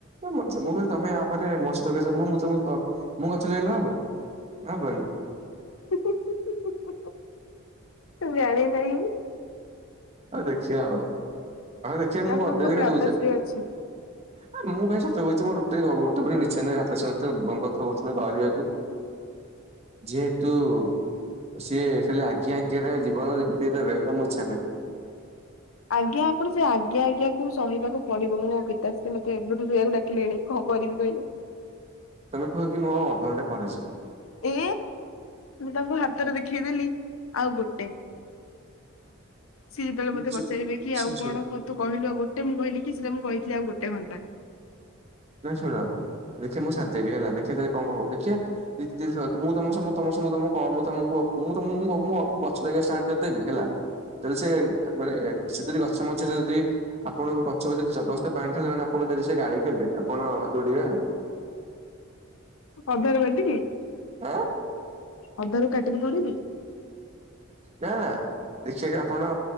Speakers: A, on the right; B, on the left.
A: ଏ ମୋ ଚ ମୁଁ ଯଦି ତମେ ଆପରେ <unintelligible> ମୁଁ ଗଛ ଲଗିଲଲେ ହବ। ହବନି।
B: <inaudible> ମୁଁ ଜାଣି ନାହିଁ।
A: ହଁ ଦେଖିବା ଆଉ। ହଁ ଦେଖିବା ମୁଁ
B: ଆପଣଙ୍କ
A: ଗାଧେଇ ଦେଇକି
B: ଭ୍ରାତାଶ୍ରୀ
A: ଯଉଛେ।
B: ଅଛି।
A: ହଁ ମୁଁ ଭାଇ ସତ କହୁଛି ମୋ ରୋଟିରେ ଗୋଟେ ନି <unintelligible> ଭାତ ସେ ଗଁ ଗତବର୍ଷ ବାହାରିବାକୁ ଯେହେତୁ ସିଏ ଖାଲି ଆଜ୍ଞା ଆଜ୍ଞା ରେ ଜୀବନ ବିତେଇଦବେ ତ ମୁଁ ଇଚ୍ଛା ନାଇଁ।
B: ଆଜ୍ଞା ଆପଣ ସେ ଆଜ୍ଞା ଆଜ୍ଞା କୁ ସହିବାକୁ ପଡିବ। ମୁଁ ନା ପିତାଶ୍ରୀ ମତେ ଏବେଠୁ ଯିବାକୁ ଡାକିଲେଣି। କଣ କରିବି କହିଲ?
A: ତମେ କୁହ କି ମୁଁ ଆଉ ଅଧଘଣ୍ଟା ପରେ ଆସିବି।
B: ଏ ମୁଁ ତାଙ୍କୁ ହାତରେ ଦେଖେଇଦେଲି। ଆଉ ଗୋଟେ। <inaudible> ସିଏ ଯେତେବେଳେ ମତେ
A: ଶୁ
B: ପଚାରିବେ କି ଆଉ
A: ଶୁ
B: କଣ କ ତୁ କହିଲୁ ଆଉ ଗୋଟେ ମୁଁ କହିଲି କି ସେଟା ମୁଁ କହିଥିଲି ଆଉ ଗୋଟେ ଘଣ୍ଟା।
A: ନାଇଁ ଶୁଣ ଦେଖେ ମୁଁ ସାଥ ଦେବି ହେଲା। ଦେଖିବା ତା କଣ କଣ ହଉଛି। ଦେଖିବା <unintelligible> ମୁଁ ତମ ସମ ତମ ସମୟରେ ମୁଁ କ ମୁଁ ତମକୁ ଅ ମୁଁ ତ ମୁଁ ମୁଁ ମୁଁ ଆଉ ମୁଁ ଆଉ ମୁଁ <unintelligible> ଷ୍ଟାର୍ଟ କରିଦେବି ହେଲା। ତେବେ ସେ ମାନେ ସେ <unintelligible> ଗଛ ମଝିରେ ଯଦି ଆପଣଙ୍କୁ କଛପ ଯଦି ଜବରସ୍ତ ପ୍ରାଣି ତାହେଲେ ମାନେ ଆପଣ ଯଦି ସେ ଗାଳି କଲେ। ଆପଣ ଦୌଡିବେ ଆଉ।
B: ଅଧାରୁ କାଟିକି
A: ଆଁ।
B: ଅଧାରୁ କାଟିକି ଦୌଡିବି।
A: ନା ନା ଦେଖିବା କି ଆପଣ